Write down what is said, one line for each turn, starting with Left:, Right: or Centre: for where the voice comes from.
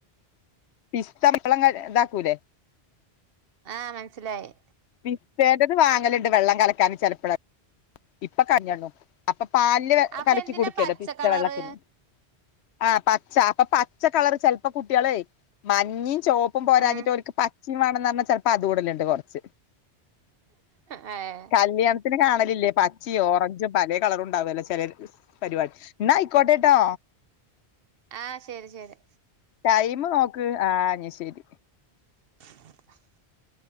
Left: പിസ്ത വള്ളം ഇതാക്കൂലേ?
Right: ആ മനസ്സിലായി.
Left: പോകററ് വ വാങ്ങൽ ഉണ്ട് വെള്ളം കലക്കാൻ ഒക്കെ <unintelligible> പാലില്
Right: അപ്പൊ
Left: കലക്കി
Right: എന്തിനാ
Left: കുടുക്കല്ലോ
Right: പച്ച
Left: പി സ്ത
Right: കളറ്
Left: വെള്ളത്തിന്. ആ് പച്ച അപ്പൊ പച്ച കളറ് ചെലപ്പോ കുട്ടിയാളെയ് മഞ്ഞിം. ചുവപ്പും പോരാഞ്ഞിട്ട്
Right: ഉം
Left: ഓൽക്ക് പച്ചിം വാണന്ന് പറഞ്ഞാൽ ചെലപ്പോ അതൂടല്ണ്ട് കൊറച്ച്.
Right: ഏഹ്
Left: കല്യാണത്തിന് കാണലില്ലേ പച്ചിം ഓറഞ്ചും പലേ കളറുണ്ടാവല്ലോ ചെ <unintelligible> ന്നാ അയി ടോ
Right: ആഹ് ശരി ശരി
Left: ടൈമ് നോക്ക് ആ ശരി
Right: <unintelligible>